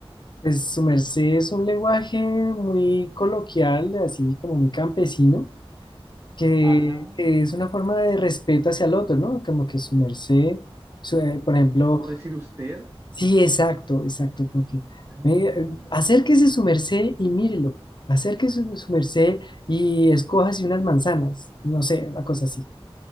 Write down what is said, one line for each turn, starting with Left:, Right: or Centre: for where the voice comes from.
Left: Pues su merced es un lenguaje muy coloquial, así como muy campesino, que,
Right: Ajá.
Left: que es una forma de respeto hacia el otro, ¿no? Como que su merced, su- eh, por ejemplo...
Right: ¿Cómo decir usted?
Left: Sí, exacto, exacto, porque
Right: Ah.
Left: venga, eh, acérquese su merced y mírelo, acérquese su, su merced y escójase unas manzanas, no sé, una cosa así.